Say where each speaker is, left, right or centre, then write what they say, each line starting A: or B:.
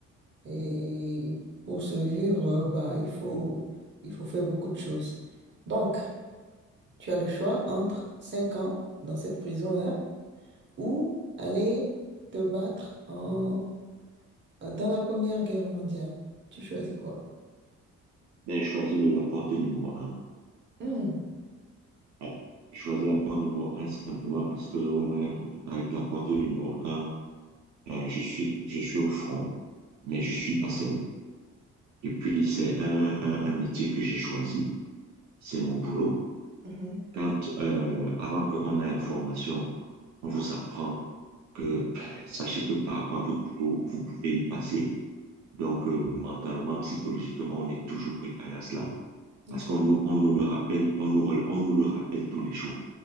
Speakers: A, on the right; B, on the right.
A: Et pour survivre, euh, bah, il faut, il faut faire beaucoup de choses. Donc, Tu as le choix entre 5 ans dans cette prison-là ou aller te battre en, euh, dans la Première Guerre mondiale. Tu choisis quoi?
B: Ben, je choisis le- la porte numéro un.
A: Hmm,
B: Ouais. Je Choisis la porte numéro un simplement parce que au moins, au- avec la porte numéro un, euh, je suis, je suis au front, mais je suis pas seul. Et puis, c'est un, un, un métier que j'ai choisi. C'est mon boulot.
A: mhm,
B: Quand, euh, avant qu'on aille en formation, on vous apprend que ben, sachez que par rapport à votre boulot, vous pouvez y passer. Donc, euh, mentalement, psychologiquement, on est toujours préparé à cela.
A: ok,
B: parce qu'on nous, on nous le rappelle, on nous, on nous le rappelle tous les jours.